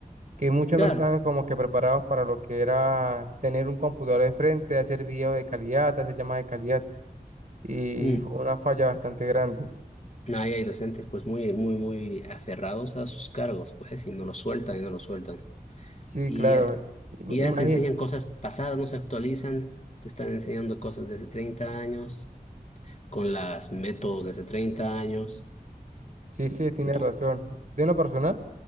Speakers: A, on the right (about 55°); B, on the left (about 45°).
A: que muchos
B: Claro,
A: no estaban como que preparados para lo que era tener un computador de frente, hacer videos de calidad, hacer llamadas de calidad, y
B: mm,
A: fue una falla bastante grande.
B: no, ahí hay docentes pues muy, muy, muy aferrados a sus cargos, pues, y no lo sueltan y no lo sueltan.
A: Sí,
B: Y,
A: claro,
B: eh, y
A: imagínate,
B: ya te enseñan cosas pasadas, no se actualizan, te están enseñando cosas de hace 30 años. con las métodos de hace 30 años.
A: sí, sí, tienes
B: Entonces,
A: razón. De lo personal.